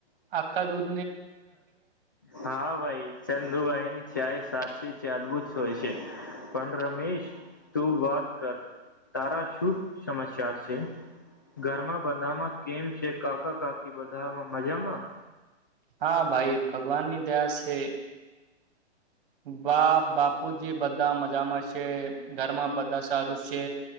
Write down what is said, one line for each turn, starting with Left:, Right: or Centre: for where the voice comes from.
Right: આકા દુધ
Left: હા ભાઈ ચંદુભાઈ ની છે એ સાચ ી છે અદભત છો પણ રમેશ તું વાત કર તારા શું સમાચાર છે ઘરમાં બંધામાં કેમ છે કાકા કાકી બંધામાં મજામાં
Right: હા ભાઈ ભગવાનની દયા છે બા બાપુજી બધા મજામાં છે ઘરમાં બધા સારું છે